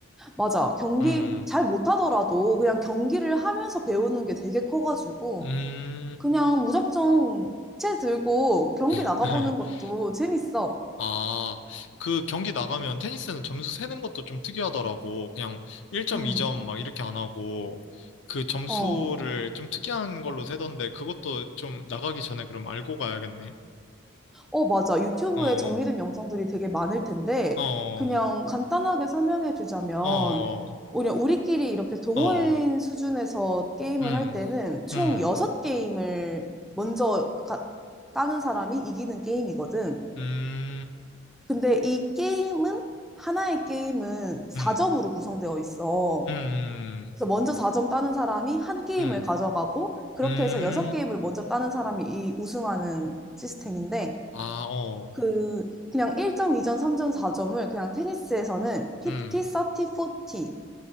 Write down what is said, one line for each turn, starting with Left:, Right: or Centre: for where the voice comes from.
Centre: 맞아. 경기
Left: 음,
Centre: 잘 못하더라도 그냥 경기를 하면서 배우는 게 되게 커가지고,
Left: 음.
Centre: 그냥 무작정 채 들고 경기
Left: <laughs>
Centre: 나가보는 것도 재밌어.
Left: 아, 그 경기 나가면 테니스는 점수 세는 것도 좀 특이하더라고. 그냥 1점,
Centre: 음,
Left: 2점 막 이렇게 안 하고, 그 점수를
Centre: 어.
Left: 좀 특이한 걸로 세던데, 그것도 좀 나가기 전에 그럼 알고 가야겠네.
Centre: 어, 맞아. 유튜브에
Left: 어,
Centre: 정리된 영상들이 되게 많을 텐데,
Left: 어, 어,
Centre: 그냥 간단하게 설명해 주자면,
Left: 어, 어,
Centre: 그냥 우리끼리 이렇게 동호인
Left: 어, 어.
Centre: 수준에서 게임을
Left: 음,
Centre: 할 때는 총
Left: 음,
Centre: 6게임을 먼저 가- 따는 사람이 이기는 게임이거든.
Left: 음,
Centre: 근데 이 게임은, 하나의 게임은 4점으로
Left: 음,
Centre: 구성되어 있어.
Left: 음, 음,
Centre: 그래서 먼저 4점 따는 사람이 한 게임을
Left: 음,
Centre: 가져가고, 그렇게
Left: 음,
Centre: 해서 6게임을
Left: 음,
Centre: 먼저
Left: 음.
Centre: 따는 사람이 이 우승하는 시스템인데,
Left: 아, 어,
Centre: 그 그냥 1점, 2점, 3점, 4점을 그냥 테니스에서는
Left: 음,
Centre: 50, 30, 40